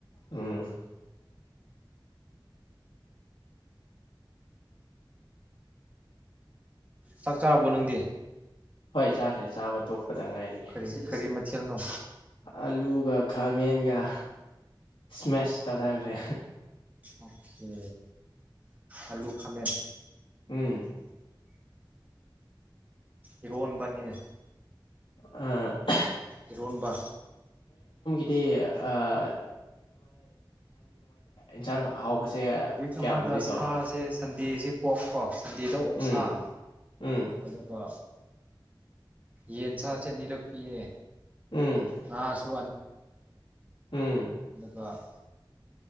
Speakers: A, on the left; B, on the right.
A: ꯑꯝ
B: ꯆꯥꯛ ꯆꯥꯔꯕ꯭ꯔꯣ ꯅꯪꯗꯤ
A: ꯍꯣꯏ ꯆꯥꯈ꯭ꯔꯦ ꯆꯥꯕ ꯇꯣꯛꯄꯗ ꯉꯥꯏꯔꯤ
B: ꯀꯔꯤ ꯀꯔꯤ ꯃꯊꯦꯜꯅꯣ
A: ꯑꯂꯨꯒ ꯈꯥꯃꯦꯟꯒ ꯁ꯭ꯃꯦꯁ ꯇꯧꯊꯈ꯭ꯔꯦ
B: ꯑꯣꯀꯦ ꯑꯂꯨ ꯈꯥꯃꯦꯟ
A: ꯑꯝ
B: ꯏꯔꯣꯟꯕꯅꯤꯅꯦ
A: ꯑꯥ
B: ꯏꯔꯣꯟꯕꯥ
A: ꯗꯦ ꯑ ꯏꯟꯁꯥꯡ ꯍꯥꯎꯕꯁꯦ
B: ꯋꯤꯛ
A: ꯀꯌꯥꯒꯨꯝꯕꯗꯤ
B: ꯑꯃꯗ
A: ꯇꯧꯋꯦ
B: ꯁꯥꯁꯦ ꯁꯟꯗꯦꯁꯤꯦ ꯄꯣꯛꯀꯣ ꯁꯟꯗꯦꯗ ꯑꯣꯛ
A: ꯎꯝ
B: ꯁꯥꯥ
A: ꯎꯝ
B: ꯑꯗꯨꯒ ꯌꯦꯟꯁꯥꯁꯦ ꯑꯅꯤꯔꯛ ꯄꯤꯌꯦ
A: ꯎꯝ
B: ꯉꯥꯁꯨ
A: ꯎꯝ
B: ꯀ <unintelligible>